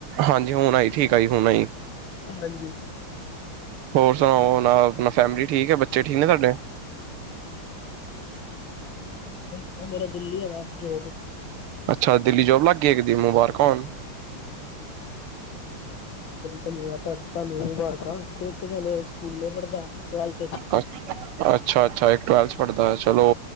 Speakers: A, on the right; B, on the left.
A: ਹਾਂਜੀ ਹੁਣ ਆਈ ਠੀਕ ਆਇ ਹੁਣ ਆਈ।
B: ਹਾਂਜੀ।
A: ਹੋਰ ਸੁਣਾਓ ਨਾ ਆਪਣਾ ਫੈਮਿਲੀ ਠੀਕ ਹੈ ਬੱਚੇ ਠੀਕ ਨੇ ਤੁਹਾਡੇ।
B: ਇੱਕ ਤਾਂ ਮੇਰਾ ਦਿਲਲੀ ਹੈਗਾ ਜੋਬ।
A: ਅੱਛਾ ਦਿੱਲੀ ਜੋਬ ਲੱਗ ਗਏ ਇੱਕ ਦਿ ਮੁਬਾਰਕਾਂ ਹੋਣ
B: ਧੰਨਵਾਦ ਤੁਹਾ ਤੁਹਾਨੂੰ ਇਹ ਮੁਬਾਰਕ ਆ ਤੇ ਇੱਕ ਥੇ ਸਕੂਲੇ ਪੜ੍ਹਦਾ। ਟਵੈਲਥ ਚ
A: ਕੁਛ। ਅੱਛਾ ਅੱਛਾ ਇੱਕ ਟਵੈਲਥ ਪੜ੍ਹਦਾ ਚਲੋ